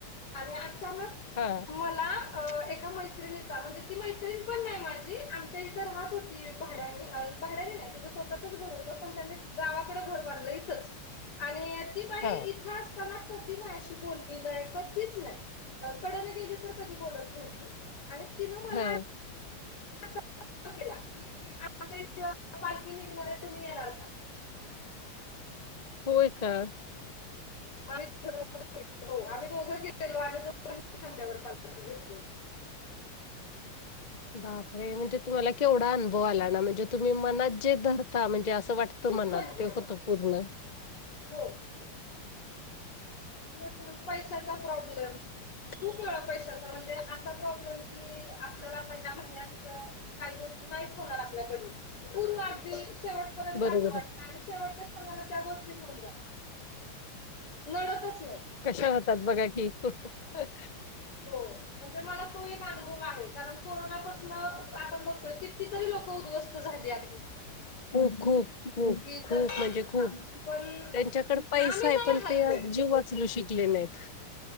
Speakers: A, on the left; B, on the left.
A: आणि अचानक
B: हा
A: मला अ एका मैत्रिणीचा म्हणजे ती मैत्रिण पण नाही माझी आमच्या इथे राहत होती भाड्याने नाही भाड्याने नाही तिचं स्वतःचं स्वतःचच घर होतं पण त्यांनी गावाकडे घर बांधलं इथेच आणि ती
B: हा
A: तिथं असताना कधी माझ्याशी अशी बोलली नाही कधीच नाही. कडन गेली तर कधी बोलत नव्हती आणि तिनं मला
B: हा
A: <unintelligible> कि आमच्या इथ पालखी निघणार आहे तुम्ही येणार का?
B: होय का?
A: आम्ही दोघ गेलेलो आणि तो <inaudible>
B: बापरे, म्हणजे तुम्हाला केवढा अनुभव आला ना म्हणजे तुम्ही मनात जे धरता म्हणजे असं वाटत.
A: खूप
B: मनात
A: म्हणजे
B: ते होत पूर्ण
A: हो पण पैशाचा प्रॉब्लम खूप वेळा पैशाचा म्हणजे असा प्रॉब्लेम की, आपल्याला आता ह्या महिन्यात काही गोष्टी नाहीच होणार आपल्याकडून पूर्ण अगदी शेवट पर्यं
B: बरोबर
A: त असं वाटतं
B: आहे.
A: आणि शेवटच्या क्षणाला त्या गोष्टी होऊन जातात मनातच नाही
B: कशा होतात बघा की ह
A: हो म्हणजे मला तो एक अनुभव आहे, कारण कोरोनापासन आपण बघतोय किती तरी लोक उद्ध्वस्त झाली अ
B: हो, खूप खूप खूप
A: कि जण
B: खूप म्हणजे खूप
A: हा पण
B: त्यांच्याकड पैसा
A: आम्ही
B: ये,
A: नाही
B: पण
A: हल्लो
B: ते जीव वाचवू शिकले नाहीत.